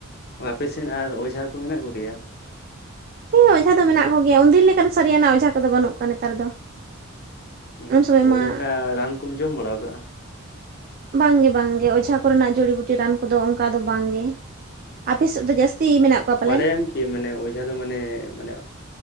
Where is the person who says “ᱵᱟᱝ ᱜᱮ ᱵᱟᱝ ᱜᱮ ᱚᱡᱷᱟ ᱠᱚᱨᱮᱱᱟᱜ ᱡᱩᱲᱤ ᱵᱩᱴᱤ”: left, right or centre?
Right